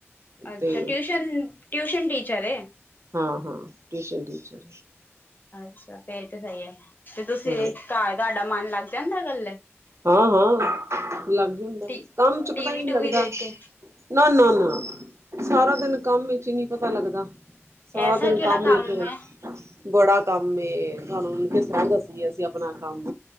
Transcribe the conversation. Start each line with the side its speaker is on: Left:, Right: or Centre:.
Left: ਅੱਛਾ
Right: ਤੇ
Left: ਟਿਊਸ਼ਨ-ਟਿਊਸ਼ਨ ਟੀਚਰ ਐ।
Right: ਹਾਂ-ਹਾਂ ਟਿਊਸ਼ਨ ਟੀਚਰ ਐ।
Left: ਅੱਛਾ ਫੇਰ ਤੇ ਸਹੀ ਐ, ਤੇ ਤੁਸੀਂ
Right: ਹਮ
Left: ਤੁਹਾਡਾ ਮਨ ਲੱਗ ਜਾਂਦਾ ਕੱਲੇ?
Right: ਹਾਂ, ਹਾਂ ਲੱਗ ਜਾਂਦਾ
Left: ਟੀ
Right: ਕੰਮ ਚ
Left: ਟੀਵੀ
Right: ਪਤਾ ਈ ਨੀ
Left: ਟੂਵੀ
Right: ਲੱਗਦਾ।
Left: ਦੇਖ ਕੇ?
Right: ਨਾ-ਨਾ-ਨਾ ਸਾਰਾ ਦਿਨ ਕੰਮ ਵਿਚ ਈ ਨੀ ਪਤਾ ਲੱਗਦਾ। ਸਾਰਾ
Left: ਐਸਾ
Right: ਦਿਨ
Left: ਕਿਹੜਾ
Right: ਕੰਮ ਈ ਫੇਰ
Left: ਹੈ
Right: ਬੜਾ ਕੰਮ ਏ ਤੁਹਾਨੂੰ ਕਿਸ ਤਰ੍ਹਾਂ ਦੱਸੀਏ ਅਸੀਂ ਆਪਣਾ ਕੰਮ